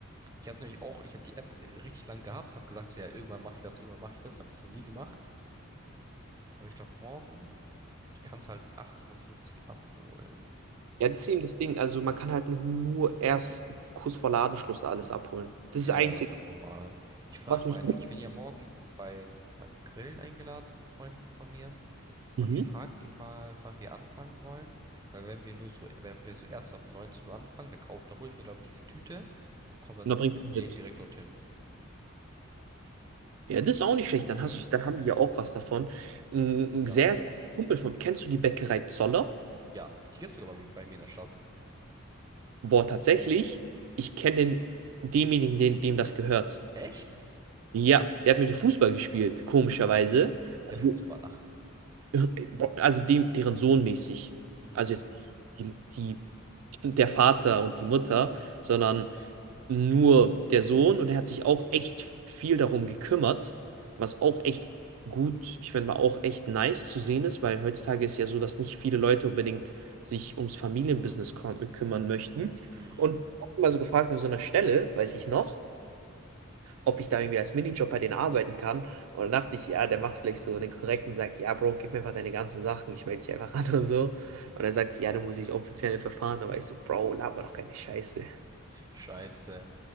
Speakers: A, on the right; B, on the right.
A: Ich habe es nämlich auch, ich habe die App äh, richtig lang gehabt, habe gesagt, so ja, irgendwann mache ich das, irgendwann mache ich das. Habe ich so nie gemacht. Aber ich glaube, morgen, ich kann es halt 18.15 Uhr fünfzehn abholen.
B: Ja, das ist eben das Ding. Also man kann halt noch nur erst kurz vor Ladenschluss alles abholen. Das
A: Ja,
B: ist das Einzige,
A: ja, das ist normal. Ich frag
B: was mich.
A: mal, ich, ich bin ja morgen beim, beim Grillen eingeladen von Freunden von mir. Und
B: Mhm.
A: ich frage die mal, wann wir anfangen wollen. Weil wenn wir nur so, wenn wir so erst ab 19 Uhr anfangen, dann, kau- dann hole ich mir, glaube ich, diese Tüte und komme dann
B: Und da bringst
A: mit
B: du
A: denen
B: mit.
A: direkt dorthin.
B: Ja, das ist auch nicht schlecht. Dann hast du, dann haben die ja auch was davon. Ein, ein
A: Ja,
B: sehr, sehr Kumpel von, kennst du die Bäckerei Zoller?
A: ja. Die gibt's sogar bei, bei mir in der Stadt.
B: Boah, tatsächlich. Ich kenne den, demjenigen, den, dem das gehört.
A: Echt?
B: Ja, der hat mit mir Fußball gespielt, komischerweise. Also,
A: Der Fußballer.
B: äh, also dem, deren Sohn mäßig.
A: Mhm,
B: Also jetzt nicht die, die, der Vater und die Mutter, sondern nur der Sohn. Und er hat sich auch echt viel darum gekümmert, was auch echt gut, ich finde mal auch echt nice zu sehen ist, weil heutzutage ist ja so, dass nicht viele Leute unbedingt sich ums Familienbusiness küm- kümmern möchten.
A: mhm.
B: Und ich habe mal so gefragt, an so einer Stelle, weiß ich noch, ob ich da irgendwie als Minijob bei denen arbeiten kann. Und dann dachte ich, ja, der macht vielleicht so einen korrekten, sagt, ja, Bro, gib mir einfach deine ganzen Sachen, ich melde dich einfach an <laughs> und so. Und er sagt, ja, dann muss ich offiziell verfahren. Da war ich so, Bro, laber doch keine Scheiße.
A: Scheiße.